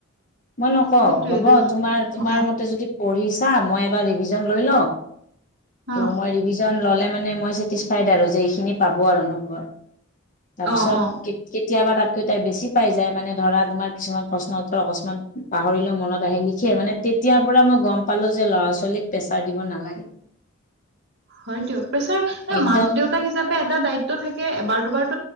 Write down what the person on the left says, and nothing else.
মই নকওঁ,
হ'ব তোমাৰ তোমাৰ
মতে যদি পঢ়িছা মই এবাৰ ৰিভিজন লৈ লওঁ। ত'
মই ৰিভিজন ল'লে মানে মই চেটিছফাইড আৰু যে এইখিনি পাব আৰু নম্বৰ। তাৰপিছত
কে কে কেতিয়াবা তাতকৈ তাই বেছি পাই যায় মানে ধৰা তোমাৰ কিছুমান প্ৰশ্ন উত্তৰ অকস্মান পাহৰিলেও মনত আহে লিখি মানে তেতিয়াৰ পৰা মই গম পালো যে ল'ৰা- ছোৱালীক প্ৰেছাৰ দিব নালাগে।
একদম